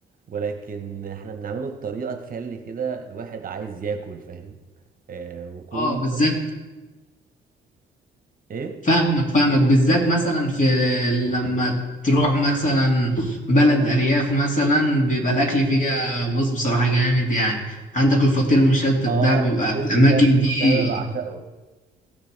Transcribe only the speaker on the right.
ولكن احنا بنعمله بطريقه تخلي كده الواحد عايز ياكل فاهم آه وكل
ايه
اه
الفطير
المشلتت
ده انا بعشقه